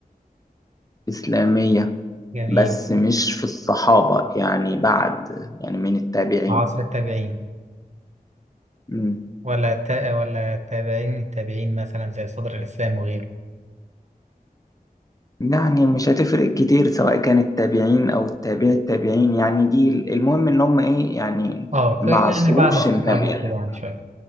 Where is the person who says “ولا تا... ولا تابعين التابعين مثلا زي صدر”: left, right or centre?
Right